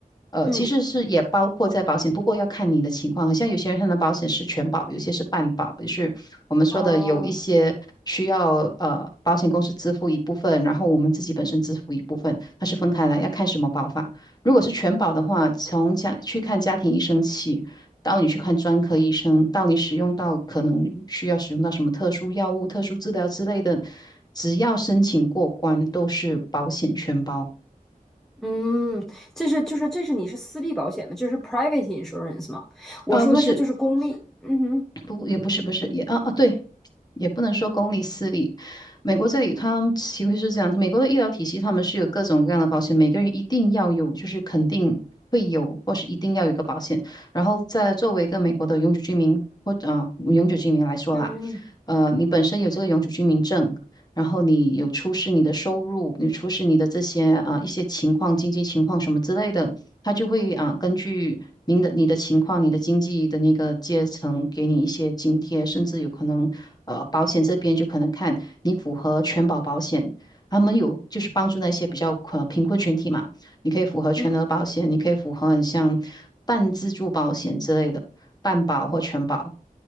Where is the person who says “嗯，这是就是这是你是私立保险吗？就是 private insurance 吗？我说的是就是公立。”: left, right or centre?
Centre